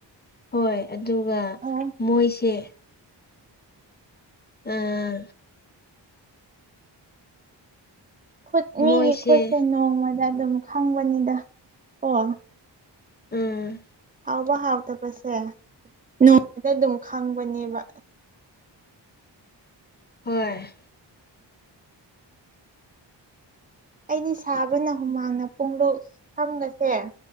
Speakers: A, on the left (about 20°); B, on the right (about 20°).
A: ꯍꯣꯏ ꯑꯗꯨꯒ
B: ꯑꯣ
A: ꯃꯣꯏꯁꯦ ꯑꯥ
B: ꯈꯨꯠ
A: ꯃꯣꯏꯁꯦ
B: ꯃꯤꯒꯤ ꯈꯨꯠꯁꯦ ꯅꯣꯡꯃꯗ ꯑꯗꯨꯝ ꯈꯪꯕꯅꯤꯗ ꯑꯣ
A: ꯎꯝ___
B: ꯍꯥꯎꯕ ꯍꯥꯎꯇꯕꯁꯦ ꯅꯣꯡꯃꯗ ꯑꯗꯨꯝ ꯈꯪꯕꯅꯦꯕ꯫
A: ꯍꯣꯏ꯫
B: ꯑꯩꯗꯤ ꯁꯥꯕꯅ ꯍꯨꯃꯥꯡꯅ ꯄꯨꯡꯂꯨꯛ ꯁꯝꯒꯁꯦ